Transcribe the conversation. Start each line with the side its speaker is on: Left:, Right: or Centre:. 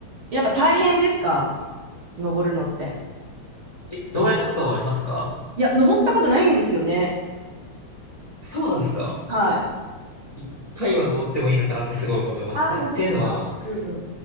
Right: やっぱ大変ですか登るのって。
Left: え、登られたことはありますか
Right: いや、登ったことないんですよね。
Left: そうなんですか
Right: はい。
Left: 一回は登ってもいいのかなってすごい思いますね。
Right: あー、本当ですかうんうん。
Left: っていうのは、